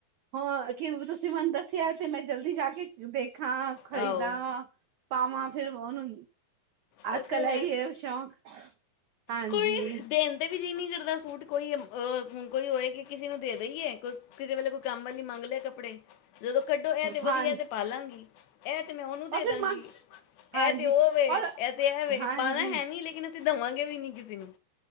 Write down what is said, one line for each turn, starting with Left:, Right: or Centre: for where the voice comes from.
Right: ਹ ਕਿ ਤੁਸੀਂ ਮੈਨੂੰ ਦੱਸਿਆ ਤੇ ਮੈਂ ਜਲਦੀ ਜਾ ਕੇ ਵੇਖਾਂ ਖਰੀਦਾਂ
Left: ਆਹੋ
Right: ਪਾਵਾਂ ਫੇਰ ਉਹਨੂੰ
Left: ਉਹ
Right: ਅੱਜ ਕੱਲ
Left: ਤੇ
Right: ਇਹੀ ਹੈ ਸ਼ੌਕ ਹਾਂਜੀ
Left: ਕੋਈ ਦੇਨ ਤੇ ਵੀ ਜੀ ਨਹੀਂ ਕਰਦਾ ਸੂਟ ਕੋਈ ਅਹ ਕੋਈ ਹੋਏ ਕਿ ਕਿਸੇ ਨੂੰ ਦੇ ਦੇਈਏ ਕੋਈ ਕਿਸੇ ਵੇਲੇ ਕੋਈ ਕੰਮ ਵਾਲੀ ਮੰਗ ਲਏ ਕੱਪੜੇ ਜਦੋਂ ਕੱਢੋ ਇਹ ਤੇ ਵਧੀਆ
Right: ਹਾਂਜੀ
Left: ਇਹ ਤੇ ਪਾਲਵਾਂਗੀ ਇਹ ਤੇ ਮੈਂ ਉਹਨੂੰ ਦੇ
Right: ਔਰ ਫਿਰ
Left: ਦਾਂਗੀ
Right: ਮ ਹਾਂਜੀ
Left: ਇਹ ਤੇ ਉਹ ਵੇ
Right: ਔਰ
Left: ਇਹ ਤੇ ਇਹ ਵੇ
Right: ਹਾਂਜੀ
Left: ਪਾਣਾ ਹੈ ਨੀ ਲੇਕ ਲੇਕਿਨ ਅਸੀਂ ਦੇਵਾਂਗੇ ਵੀ ਨਹੀਂ ਕਿਸੇ ਨੂੰ